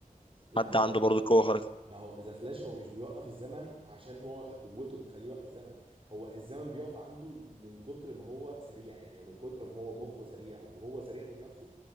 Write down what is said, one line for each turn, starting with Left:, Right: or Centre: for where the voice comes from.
Right: لا
Left: حد
Right: هو
Left: عنده برضه قوة خارقة
Right: ما هو ذا فلاش هو مش بيوقف الزمن عشان هو قوته بتخليه يوقف الزمن هو الزمن بيقف عنده من كتر ما هو سريع يعني من كتر ما هو مخه سريع وهو سريع ذات نفسه